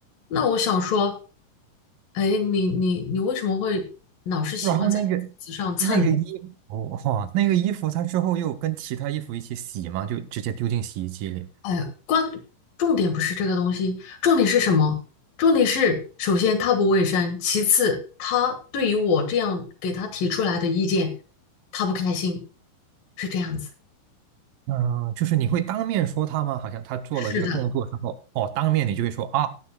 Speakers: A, on the left; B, on the right.
A: 那我想说，哎，你你你为什么会老是喜欢在椅子上蹭？
B: 然后那个那个衣服，哇，那个衣服，他之后又跟其他衣服一起洗吗？就直接丢进洗衣机里？
A: 哎，关，重点不是这个东西，重点是什么？重点是，首先它不卫生，其次他对于我这样给他提出来的意见，他不开心，是这样子。
B: 嗯，就是你会当面说他吗？好像他做了这个动作之后，
A: 是的。
B: 哦，当面你就会说啊，